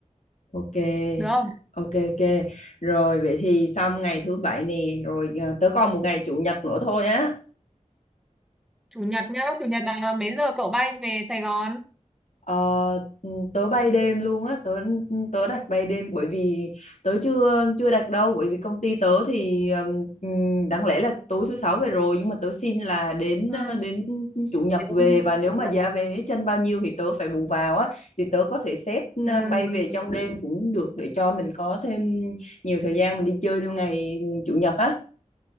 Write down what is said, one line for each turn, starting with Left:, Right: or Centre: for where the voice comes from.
Left: ok.
Centre: được không?
Left: Ok ok. Rồi vậy thì xong ngày thứ bảy nè, rồi à, tớ còn một ngày chủ nhật nữa thôi á.
Centre: Chủ nhật nhá, chủ nhật là mấy giờ cậu bay về Sài Gòn?
Left: Ờ, tớ bay đêm luôn á tớ tớ đặt bay đêm bởi vì tớ chưa chưa đặt đâu bởi vì công ty tớ thì ừm, đáng lẽ là tối thứ sáu về rồi nhưng mà tớ xin là đến
Centre: Ừ.
Left: ờ, đến chủ nhật
Centre: Đến
Left: về và nếu
Centre: chủ
Left: mà
Centre: nhật
Left: giá vé chân bao nhiêu thì tớ phải bù vào á thì tớ có thể xét
Centre: Ừ.
Left: ờ, bay về trong đêm cũng được để cho mình có thêm nhiều thời gian mình đi chơi luôn ngày chủ nhật á